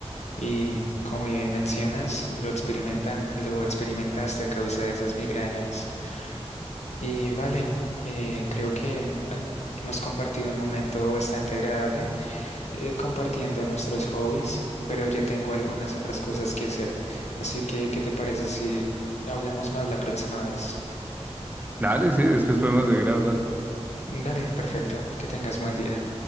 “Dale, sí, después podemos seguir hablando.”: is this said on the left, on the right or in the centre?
Right